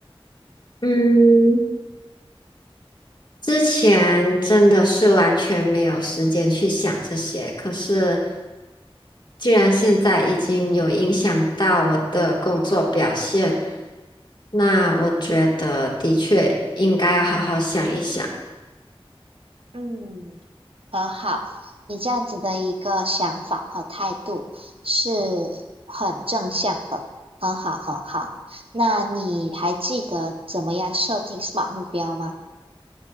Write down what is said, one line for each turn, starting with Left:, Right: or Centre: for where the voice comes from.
Left: 嗯，之前真的是完全没有时间去想这些，可是既然现在已经有影响到我的工作表现，那我觉得的确应该要好好想一想。
Right: 嗯，很好，你这样子的一个想法和态度是很正向的，很好很好。那你还记得怎么样设定 SMART 目标吗？